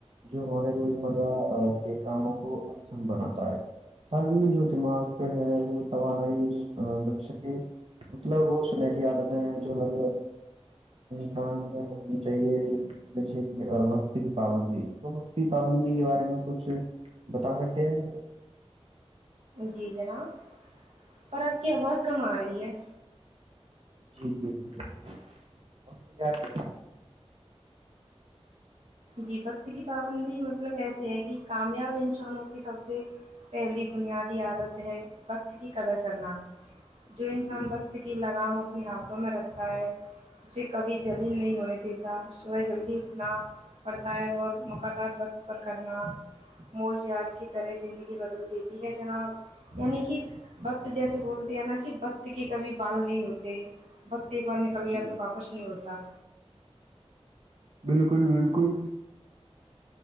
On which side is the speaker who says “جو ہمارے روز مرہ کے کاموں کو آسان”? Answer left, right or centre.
Right